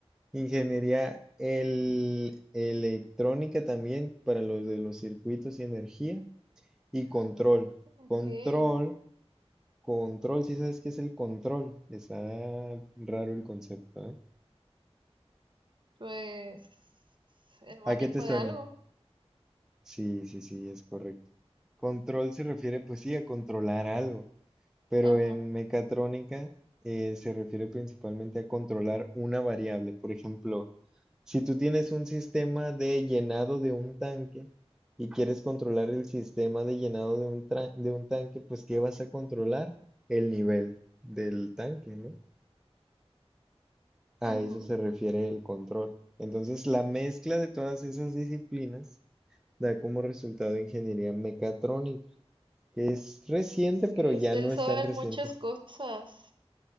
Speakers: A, in the centre; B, on the right (about 50°).
A: ingeniería el- electrónica también para los de los circuitos y energía. Y control.
B: ok,
A: Control. Control, si sabes qué es el control. Está raro el concepto, ¿eh?
B: pues el manejo
A: ¿A qué te suena?
B: de algo.
A: Sí, sí, sí, es correcto. Control se refiere, pues sí, a controlar algo. Pero
B: Ajá,
A: en mecatrónica eh, se refiere principalmente a controlar una variable. Por ejemplo, si tú tienes un sistema de llenado de un tanque y quieres controlar el sistema de llenado de un, tra- de un tanque, pues ¿qué vas a controlar? El nivel del tanque, ¿no? A
B: ujú,
A: eso se refiere el control. Entonces, la mezcla de todas esas disciplinas da como resultado ingeniería mecatrónica, que es reciente,
B: ok,
A: pero ya
B: Ustedes
A: no es
B: saben
A: tan reciente.
B: muchas cosas.